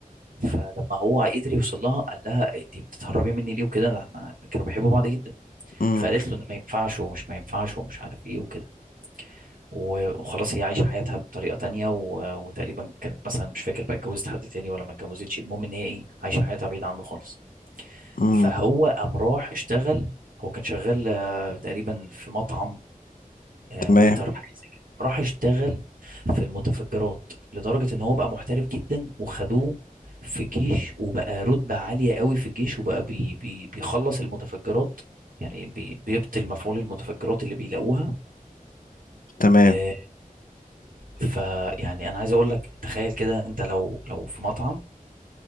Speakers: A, on the right (about 70°); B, on the left (about 65°).
A: فلما هو قدر يوصل لها قال لها انت بتتهربي مني ليه وكده ده احنا كانوا بيحبوا بعض جدا
B: مم.
A: فقالت له إن ما ينفعش ومش ما ينفعش ومش عارف ايه وكده و- وخلاص هي عايشة حياتها بطريقة تانية و- وتقريبا كانت مثلا مش فاكر بقى اتجوزت حد تاني ولا ما اتجوزتش المهم ان هي ايه عايشة حياتها بعيد عنه خالص
B: مم.
A: فهو قام راح اشتغل هو كان شغال آه، تقريبا في مطعم آه،
B: تمام
A: ويتر حاجة زي كده راح اشتغل في المتفجرات لدرجة ان هو بقى محترف جدا وخدوه في الجيش وبقى رتبة عالية قوي في الجيش وبقى بي بي بيخلص المتفجرات يعني بي بيبطل مفعول المتفجرات اللي بيلاقوها
B: تمام
A: آه، فيعني انا عايز اقول لك تخيل كده انت لو لو في مطعم